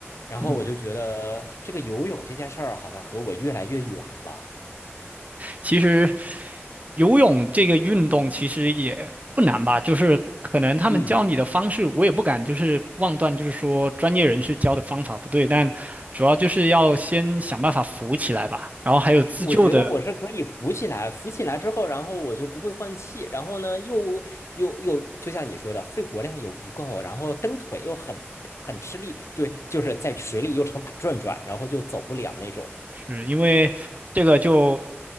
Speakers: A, on the left; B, on the right.
A: 然后我就觉得这个游泳这件事儿好像和我越来越远了。
B: 嗯。其实游泳这个运动其实也不难吧，就是可能他们教你的方式，
A: 嗯。
B: 我也不敢就是妄断，就是说专业人士教的方法不对，但主要就是要先想办法浮起来吧。然后还有自救的，
A: 我觉得我是可以浮起来，浮起来之后，然后我就不会换气，然后呢，又又又，就像你说的，肺活量又不够，然后蹬腿又很很吃力，对，就是在水里又成打转转，然后就走不了那种。
B: 是因为这个就